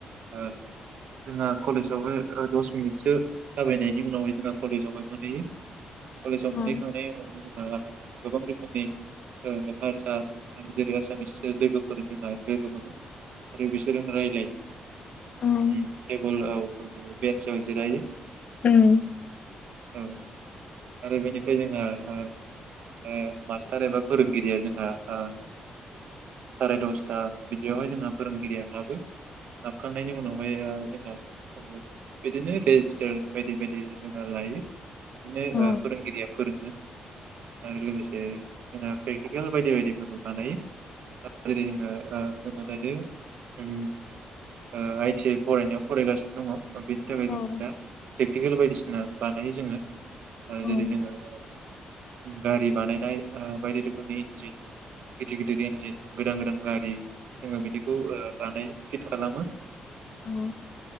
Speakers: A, on the right (about 70°); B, on the left (about 50°).
A: ओ जोंहा कलेजावहाय दस मिनिटसो थाबायनायनि उनावहाय जोंहा कलेजावहाय मोनहैयो। कलेजाव
B: ओं
A: मोनहैखांनाय उनाव <unintelligible> गोबां रोखोमनि ओ भारसा रायलायो जेरै आसामिस लोगोफोर जोंहा लोगो मोनो आरो बिसोरजों रायलायो।
B: ओं
A: उम टेबुलाव बेन्साव जिरायो।
B: उम
A: औ आरो बेनिफ्राय जोंहा ओ ओ मास्टार एबा फोरोंगिरिया जोंहा ओ सारायदसथा बिदियावहाय जोंहा फोरोंगिरिया हाबो हाबखांनायनि उनावहाय ओ जोंना बिदिनो रेजिस्टार बायदि-बायदि जोंना लायो बिदिनो
B: औ
A: ओ फोरोंगिरिया फोरोङो। आरो लोगोसे जोंहा प्रेकटिकेल बायदि बायदिफोरखौ बानायो जेरै जोङो ओ जोंना दायो उम ओ आइ टि आइ फरायनायाव फरायगासिनो दङ। बेनि थाखाय
B: औ
A: जों दा पेकटिकेल बायदिसि ङो बानायो जोङो। ओ
B: ओं
A: जेरै जोङो ओ गारि बानायनाय ओ बायदि रोखोमनि इन्जिन गिदिर-गिदिर इन्जिन गोदान-गोदान गारि जोङो बिदिखौ ओ बानाय फिद खालामो
B: औ